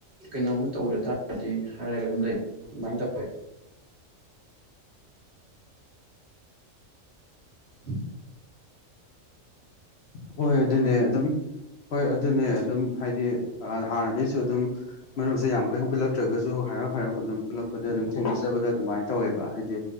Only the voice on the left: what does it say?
ꯍꯣꯏ ꯑꯗꯨꯅꯦ ꯑꯗꯨꯝ ꯍꯣꯏ ꯑꯗꯨꯅꯦ
ꯑꯗꯨꯝ ꯍꯥꯏꯗꯤ ꯑ ꯍꯥꯟꯅꯗꯩꯁꯨ ꯑꯗꯨꯝ ꯃꯔꯨꯞꯁꯦ ꯌꯥꯝ ꯀꯟ ꯄꯨꯂꯛꯇ꯭ꯔꯒꯁꯨ ꯍꯥꯏꯔꯞ ꯍꯥꯏꯔꯞ ꯑꯗꯨꯝ ꯄꯨꯜꯂꯛꯄꯗ ꯑꯗꯨꯝ ꯊꯦꯡꯅꯖꯔ ꯒꯕꯗ ꯑꯗꯨꯃꯥꯏꯟ ꯇꯧꯋꯦꯕ ꯍꯥꯏꯗꯤ